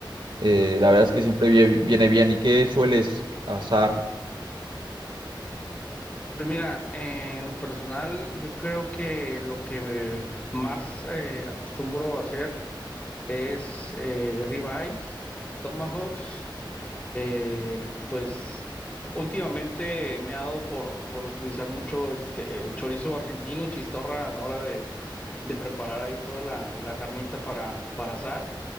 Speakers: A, on the right; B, on the left.
A: eh, la verdad es que siempre vie- viene bien. ¿Y qué sueles asar?
B: Pues mira, eh, en lo personal, yo creo que lo que me más eh, acostumbro a hacer es eh, ribeyes, tomahawks. eh, pues últimamente me ha dado por, por utilizar mucho este chorizo argentino y chistorra a la hora de, de preparar ahí toda la, la carnita para, para asar.